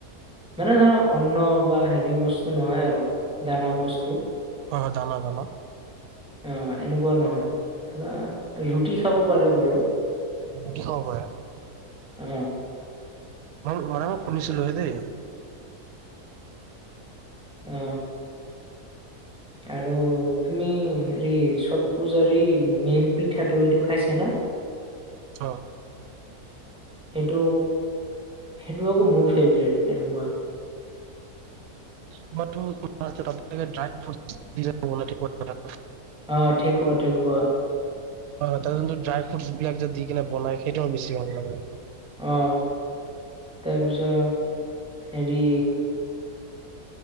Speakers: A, in the centre; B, on the right.
A: মানে ধৰা অন্ন বা হেৰি বস্তু নহয় আৰু দানা বস্তু।
B: হয় হয় দানা দানা।
A: অ এনেকুৱা নহয় ধৰা ৰুটি খাব পাৰে বাৰু।
B: ৰুটি খাব পাৰে।
A: হ।
B: মই মানে মই শুনিছিলো হেই দেই।
A: অ। আৰু তুমি হেৰি ছট্ পূজাৰ এই মেইন পিঠাটো এইটো খাইছা না।
B: অ
A: সেইটো সেইটো আকৌ মোৰ ফেভৰেইট এনেকুৱা।
B: তে ড্ৰাই ফ্ৰইট দি।
A: অ ঠেকুৱা ঠেকুৱা।
B: হয় হয় তাতে কিন্তু ড্ৰাই ফ্ৰুইটছ বিলাক যে দি কিনে বনাই সেইটো মোৰ বেছি ভাল লাগে।
A: অ তাৰপিছত হেৰি।